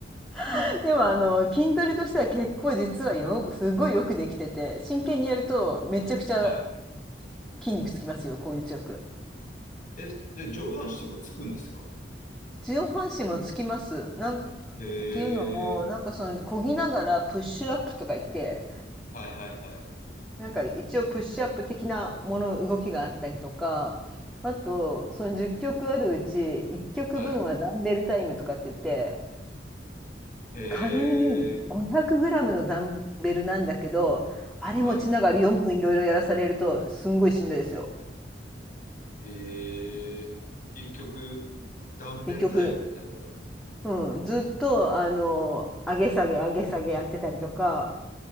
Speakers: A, in the centre; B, on the left (about 50°).
A: <laughs> でもあの筋トレとしては結構実はよすごいよくできてて真剣にやるとめちゃくちゃ
B: はい。
A: 筋肉つきますよ効率よく
B: え、で、上半身とかつくんですか
A: 上半身もつきますなんっ
B: へえ、
A: ていうのもなんかその漕ぎながらプッシュアップとか言って
B: はいはいはい。
A: なんか一応プッシュアップ的なもの動きがあったりとかあとその10曲あるうち1曲分はダンベルタイムとかって言って
B: はい。へ
A: 軽い
B: え、
A: 500g のダンベルなんだけどあれ持ちながら4分いろいろやらされるとすんごいしんどいですよ
B: はい。ええ一曲、ダンベルタイムみたいなのがあるんです。
A: 一曲。うん、ずっとあの上げ下げ上げ下げやってたりとか